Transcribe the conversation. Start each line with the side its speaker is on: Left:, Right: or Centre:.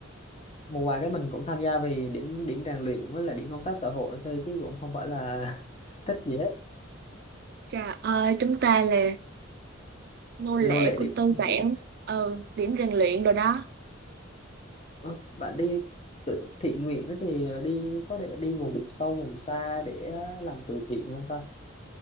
Left: một vài cái mình cũng tham gia vì điểm điểm rèn luyện với là điểm công tác xã hội thôi chứ cũng không phải là <laughs> thích gì hết
Right: trời ơi chúng ta là nô lệ
Left: nô lệ
Right: của
Left: điểm,
Right: tư bản
Left: điểm.
Right: ừ điểm rèn luyện rồi đó
Left: Ờ, bạn đi tự thiện nguyện đó thì đi có để đi vùng sâu vùng xa để làm từ thiện không ta